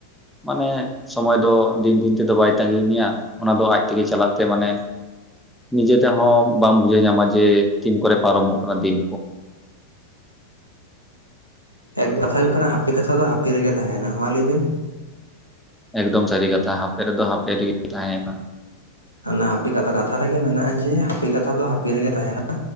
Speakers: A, in the centre; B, on the left (about 90°).
A: ᱢᱟᱱᱮ ᱥᱚᱢᱚᱭ ᱫᱚ ᱫᱤᱱ ᱫᱤᱱ ᱛᱮᱫᱚ ᱵᱟᱭ ᱛᱟᱹᱜᱤ ᱢᱮᱭᱟ᱾ ᱚᱱᱟ ᱫᱚ ᱟᱡ ᱛᱮᱜᱮ ᱪᱟᱞᱟᱜ ᱛᱮ ᱢᱟᱱᱮ ᱱᱤᱡᱮ ᱛᱮᱦᱚᱸ ᱵᱟᱢ ᱵᱩᱡᱷᱟᱹᱣ ᱧᱟᱢᱟ ᱡᱮ ᱛᱤᱱ ᱠᱚᱨᱮ ᱯᱟᱨᱚᱢᱚᱜ ᱠᱟᱱᱟ ᱫᱤᱱ <unintelligible>
B: ᱮᱠᱫᱚᱢ ᱠᱟᱛᱷᱟ ᱦᱩᱭᱩᱜ ᱠᱟᱱᱟ ᱦᱟᱯᱤ ᱠᱟᱛᱷᱟ ᱫᱚ ᱦᱟᱯᱤ ᱨᱮᱜᱮ ᱛᱟᱦᱮᱱᱟ ᱢᱟ ᱞᱟᱹᱭ ᱵᱤᱱ
A: ᱮᱠᱫᱚᱢ ᱥᱟᱹᱨᱤ ᱠᱟᱛᱷᱟ ᱦᱟᱯᱮ ᱨᱮᱫᱚ ᱦᱟᱯᱮ ᱨᱮᱜᱮ ᱛᱟᱸᱦᱮᱭᱮᱱᱟ
B: ᱚᱱᱟ ᱦᱟᱯᱮ ᱠᱟᱛᱷᱟ ᱠᱟᱛᱷᱟ ᱨᱮᱜᱮ ᱢᱮᱱᱟᱜᱼᱟ᱾ ᱡᱮ ᱦᱟᱯᱮ ᱠᱟᱛᱷᱟ ᱫᱚ ᱦᱟᱯᱮ ᱨᱮᱜᱮ ᱛᱟᱦᱮᱱᱟ᱾